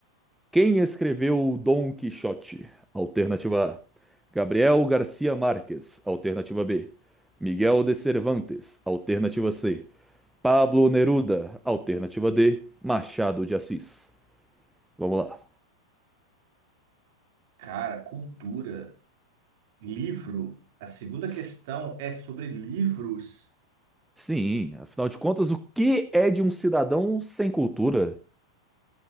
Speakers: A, in the centre; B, on the right.
A: Quem escreveu o Dom Quixote? Alternativa A. Gabriel Garcia Marques. Alternativa B. Miguel de Cervantes. Alternativa C. Pablo Neruda. Alternativa D. Machado de Assis. Vamos lá.
B: Cara, cultura, livro. A segunda
A: S-
B: questão é sobre livros.
A: Sim, afinal de contas, o que é de um cidadão sem cultura?